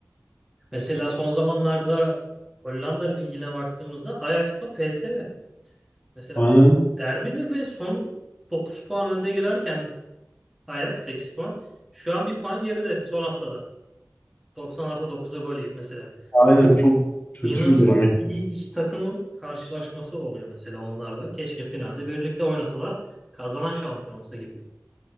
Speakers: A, in the centre; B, on the left.
A: Mesela son zamanlarda Hollanda Ligi'ne baktığımızda Ajax'la PSV. Mesela
B: Aynen
A: derbidir ve son 9 puan önde girerken Ajax 8 puan. Şu an bir puan geride son haftada. 90 artı 9'da gol yiyip mesela.
B: aynen çok kötü
A: İnanılmaz
B: bir durum. Yani.
A: iyi iki takımın karşılaşması oluyor mesela onlarda. Keşke finalde birlikte oynasalar kazanan şampiyon olsa gibi.